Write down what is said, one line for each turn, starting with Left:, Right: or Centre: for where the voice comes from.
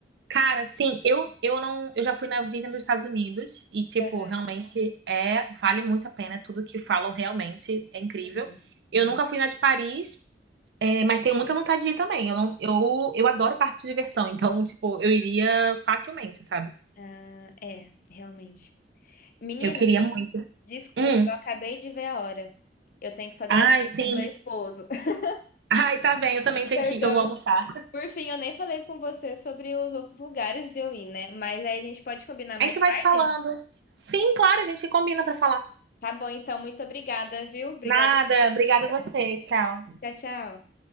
Right: Cara, sim, eu, eu não, eu já fui na Disney dos Estados Unidos e tipo,
Left: Aham.
Right: realmente é, vale muito a pena, tudo que falam realmente é incrível.
Left: Uhum.
Right: Eu nunca fui na de Paris, é, mas tenho muita vontade de ir também. Eu não, eu, eu adoro parque de diversão, então tipo, eu iria facilmente, sabe?
Left: Ah, é, realmente. Menina,
Right: Eu queria muito.
Left: desculpa,
Right: Hum.
Left: eu acabei de ver a hora. Eu tenho que fazer
Right: Ai,
Left: almoço
Right: sim.
Left: pro meu esposo. <laughs>
Right: Ai, tá bem, eu também tenho
Left: Perdão.
Right: que ir, que eu vou almoçar.
Left: Por fim, eu nem falei com você sobre os outros lugares de eu ir, né? Mas aí a gente pode combinar mais
Right: A gente
Left: tarde?
Right: vai se falando. Sim, claro, a gente combina pra falar.
Left: Tá bom, então, muito obrigada, viu? Obrigada
Right: Nada,
Left: pela
Right: obrigada
Left: dica.
Right: a você. Tchau.
Left: Tchau, tchau.